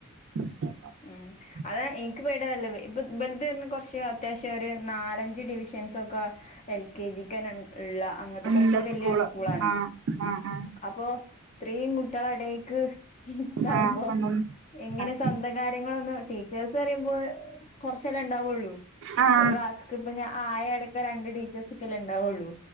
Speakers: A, on the right; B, on the left.
A: <unintelligible>
B: ഉം അതാ എനിക്ക് പേട്യതല്ല ഇപ്പ ബലിത ത കുറച്ച് അത്യാവശ്യം ഒരു നാലഞ്ച് ഡിവിഷൻ ക്കെ എൽ കെ ജിക്ക് ഉള്ള അങ്ങനത്തെ
A: നല്ല
B: കുറച്ചൊരു വലിയ
A: സ്കൂള്
B: സ്കൂളാണ്
A: ആഹ് ആഹ്
B: അപ്പോ ഇത്രയും കുട്ടികളടേയ്ക്ക് ഉണ്ടാവുമ്പോ
A: ആഹ് ആഹ് കൊണ്ടോന്ന്
B: എങ്ങനെ
A: ആഹ്
B: കാര്യങ്ങളൊന്നും ടീച്ചേഴസ് അറയുമ്പോ കുറച്ചെല്ലാം ഉണ്ടാവുള്ളൂ
A: ആഹ്
B: ഒരുക്ലാസ്സ്‌ ഇക്ക് ആയടെക്ക് രണ്ട് ടീച്ചേർസ് ഒക്കെല്ലേ ഇണ്ട ളു